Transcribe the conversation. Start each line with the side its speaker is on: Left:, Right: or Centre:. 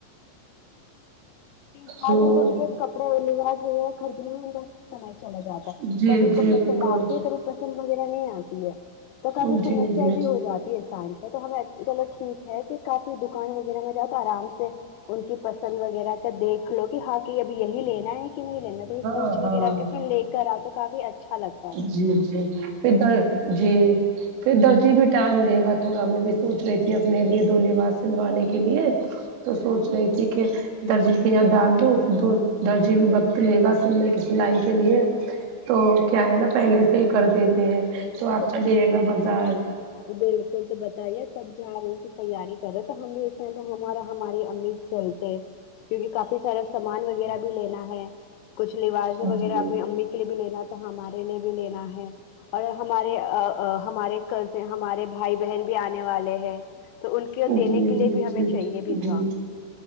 Left: <inaudible> تین چار
Right: ہ
Left: دن تو ان کے کپڑے لباس وغیرہ خریدنا ہوگا سمے چلا جاتا ہے
Right: جی
Left: کب ان
Right: جی
Left: کو پسند
Right: بالکل
Left: آتی ہے کبھی پسند وغیرہ نہیں آتی ہے تو کافی
Right: جی
Left: سمسیا
Right: جی
Left: بھی ہو جاتی ہے ٹائم تو ہمیں چلو ٹھیک ہے کہ کافی دوکان وغیرہ میں جاؤ تو آرام سے ان کی پسند وغیرہ کا دیکھ لو کہ ہاں کہ اب یہی لینا ہے نہیں لینا تو
Right: ہاں
Left: پوچ
Right: ہاں
Left: وغیرہ کے پھر لے کر آؤ تو کافی اچھا لگ
Right: جی جی پھر کل جی پھر درجی بھی ٹائم دے گا تھوڑا میں بھی سوچ رہی تھی اپنے لیے دو لباس سلوانے کے لیے تو سوچ رہی تھی کہ درجی کے یہاں ڈال دو ں پھر دو درجی بھی وقت لے گا سلنے کے سلائی کے لیے تو کیا ہے نا پہلے سے ہی کر دیتے ہیں تو
Left: یہ
Right: آپ
Left: سب
Right: کا
Left: پہ
Right: دیے گا بازار
Left: بالکل تو بتائیے کب جا رہے ہیں کی تیاری کرے تو ہم بھی اس ائ ہمارا ہمارے ہم بھی چلتے کیونکہ کافی سارا سامان وغیرہ بھی لینا ہے کچھ لبازیں
Right: جی
Left: وغیرہ اپنی امی کے لیے بھی لینا تھا ہمارے لیے بھی لینا ہے اور ہمارےاا ہمارے کز ہمارے بھائی بہن بھی آنے والے ہے تو ان کے
Right: جی
Left: دینے کے لیے
Right: جی
Left: بھی
Right: جی
Left: ہمیں چاہیے بھی
Right: جی
Left: تھا